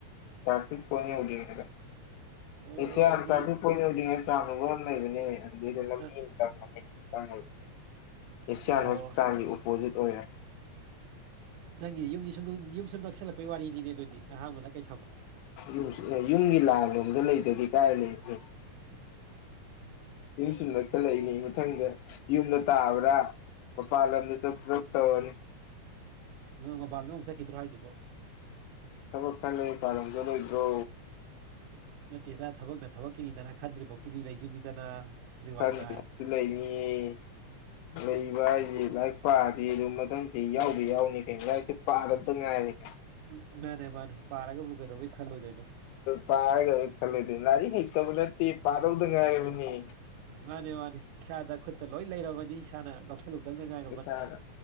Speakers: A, on the left; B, on the right.
A: ꯇ꯭ꯔꯥꯐꯤꯛꯟ ꯍꯗꯤꯗꯁꯤ
B: ꯑꯣ ꯑꯗꯨꯗꯤ
A: ꯇꯥꯐꯤꯛ ꯀꯣꯏꯅ ꯎꯔꯤꯉꯩ ꯆꯥꯡꯅꯕ ꯑꯃ ꯂꯩꯕꯅꯦ ꯑꯗꯨꯏꯗ ꯂꯝꯕꯤ
B: ꯑꯥ
A: ꯑꯃ ꯀꯅꯤꯪ ꯑꯦꯁꯤꯌꯥꯟ
B: ꯑꯣ
A: ꯍꯣꯁꯄꯤꯇꯥꯜꯒꯤ ꯑꯣꯄꯣꯖꯤꯠ ꯑꯣꯏꯔꯦ
B: ꯅꯪꯒꯤ ꯌꯨꯝꯗꯤ ꯁꯨꯝꯨꯝ ꯌꯨꯝ ꯁꯨꯝ ꯅꯛꯁꯤꯜꯂꯛꯄꯒꯤ ꯋꯥꯔꯤꯅꯤꯅꯦ ꯑꯗꯨꯏꯗꯤ ꯑ ꯃ ꯀꯩ
A: ꯌꯨꯝ ꯌꯨꯝꯒꯤ ꯂꯥꯡꯂꯣꯝꯗ ꯂꯩꯗꯗꯤ ꯀꯥꯏ ꯂꯩꯁꯦ
B: ꯎꯝ
A: ꯌꯨꯝ ꯁꯨꯝ ꯅꯛꯁꯜꯂꯛꯏꯅꯦ ꯃꯊꯪꯗ ꯌꯨꯝꯗ ꯇꯥꯕ꯭ꯔꯥ
B: ꯏꯁ
A: ꯃꯄꯜ ꯂꯝꯗ ꯆꯠꯇꯄ꯭ꯔꯥ ꯇꯅꯤ
B: ꯃꯣꯕꯥꯜꯗ ꯍꯣꯡꯖꯈꯤꯗ꯭ꯔꯣ ꯍꯥꯏꯁꯤꯕꯣ
A: ꯊꯕꯛ ꯈꯜꯂ ꯀꯥꯔꯖꯔꯣꯏꯗ꯭ꯔꯣ
B: ꯅꯠꯇꯦꯗ ꯊꯕꯛꯅ ꯊꯕꯛꯀꯤꯅꯤꯗꯅ ꯈꯟꯗ꯭ꯔꯤꯐꯥꯎꯀꯤꯗꯤ ꯂꯩꯗꯣꯏꯅꯤꯗꯅ ꯑꯗꯨꯏ
A: ꯈꯪꯗ
B: ꯋꯥꯅꯤꯗ
A: ꯂꯩꯅꯤꯌꯦ ꯂꯩꯕ ꯍꯥꯏꯁꯤꯦ ꯂꯥꯏꯔꯤꯛ ꯄꯥꯗꯤ ꯑꯗꯨ ꯃꯊꯪꯁꯤ ꯌꯥꯎꯗꯤ ꯌꯥꯎꯅꯤ ꯀꯩ ꯂꯥꯏꯔꯤꯛꯁꯦ ꯄꯥꯗꯕꯇ ꯉꯥꯏꯔꯦ ꯀꯩ
B: ꯎꯝ ꯃꯥꯅꯦ ꯃꯥꯅꯦ ꯄꯥꯔꯒꯕꯨꯨꯛ ꯀꯩꯗꯧꯕꯩ ꯈꯜꯂꯣꯏꯗꯣꯏꯅꯣ
A: ꯄꯥꯔꯒ ꯈꯜꯂꯗꯤ ꯅꯥꯥꯔꯤꯛ ꯍꯩꯇꯕ ꯅꯠꯇꯦ ꯄꯥꯔꯧꯗ ꯉꯥꯏꯔꯕꯅꯤ
B: ꯃꯥꯅꯤ ꯃꯥꯅꯤ ꯏꯁꯥꯗ ꯈꯨꯠꯇ ꯂꯣꯏ ꯂꯩꯔꯕꯅꯤ ꯏꯁꯥꯅ ꯂꯧ ꯗꯒ
A: ꯐꯔ